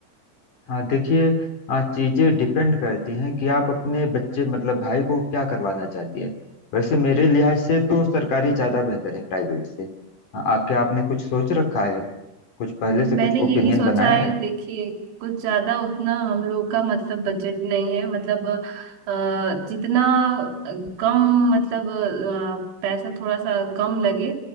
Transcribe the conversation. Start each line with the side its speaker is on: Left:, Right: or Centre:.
Left: हाँ देखिए आ, चीजें डिपेंड करती हैं कि आप अपने बच्चे मतलब भाई को क्या करवाना चाहती हैं वैसे मेरे लिहाज से तो सरकारी ज्यादा बेहतर है प्राइवेट से हाँ, आ, क्या आपने कुछ सोच रखा है कुछ पहले से कुछ
Right: मैंने यही
Left: ओपिनियन
Right: सोचा
Left: बनाया
Right: है
Left: है
Right: देखिए कुछ ज्यादा उतना हम लोग का मतलब बजट नहीं है मतलब अ, जितना कम मतलब अ, पैसा थोड़ा सा कम लगे